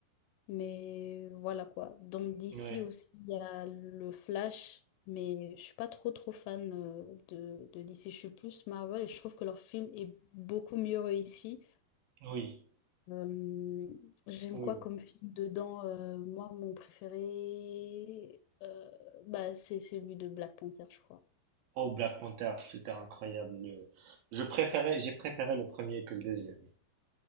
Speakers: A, on the left; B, on the right.
A: mais voilà quoi. Donc DC
B: oui,
A: aussi, il y a le Flash, mais je suis pas trop trop fan euh, de, de DC, je suis plus Marvel et je trouve que leur film est beaucoup mieux réussi.
B: oui,
A: Euh, j'aime
B: oui.
A: quoi comme film dedans? Euh, moi, mon préféré, euh, bah, c'est celui de Black Panther, je crois.
B: Oh, Black Panther, c'était incroyable. le- Je préférais, j'ai préféré le premier que le deuxième.